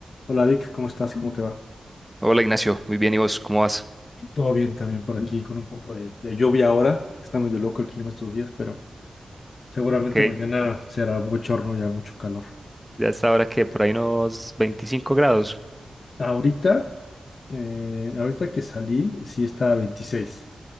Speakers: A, on the left; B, in the centre.
A: Hola Vic, ¿cómo estás? ¿Cómo te va?
B: Hola Ignacio, muy bien, ¿y vos cómo vas?
A: Todo bien también por aquí, con un poco de, de lluvia ahora. Está medio loco el clima estos días, pero seguramente
B: Ok,
A: mañana será bochorno y hará mucho calor.
B: ya está ahora que por ahí unos 25 grados,
A: Ahorita, eh, ahorita que salí, sí está a 26.